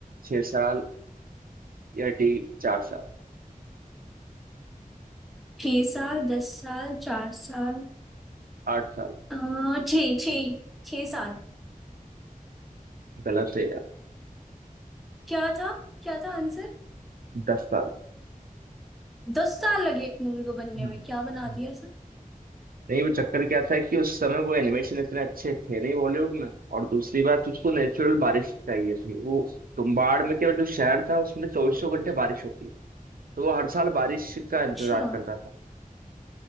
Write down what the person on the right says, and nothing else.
छह साल या डी चार साल
आठ साल
गलत है यार
दस साल
हम्म
नहीं वो चक्कर क्या था कि उस समय वो एनिमेशन इतने अच्छे थे नहीं बॉलीवुड में और दूसरी बात उसको नेचुरल बारिश चाहिए थी वो तुम्बाड़ में क्या जो शहर था उसमें चौबीसों घंटे बारिश होती तो वो हर साल बारिश का इंतजार
करता था